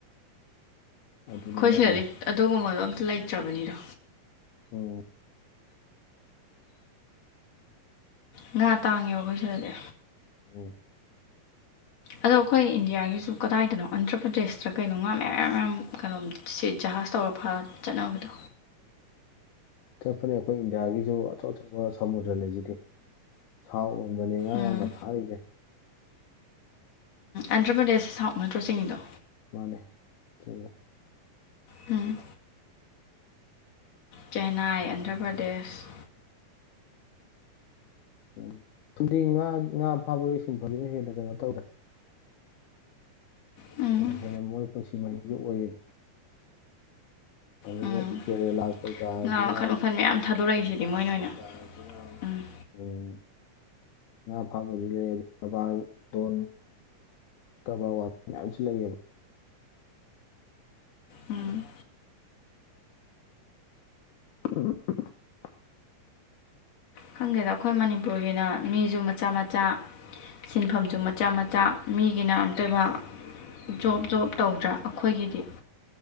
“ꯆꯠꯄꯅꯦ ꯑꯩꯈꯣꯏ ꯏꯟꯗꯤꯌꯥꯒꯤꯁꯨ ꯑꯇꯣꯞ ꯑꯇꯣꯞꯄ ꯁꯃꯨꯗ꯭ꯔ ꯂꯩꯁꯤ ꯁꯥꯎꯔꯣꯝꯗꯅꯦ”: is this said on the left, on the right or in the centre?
Left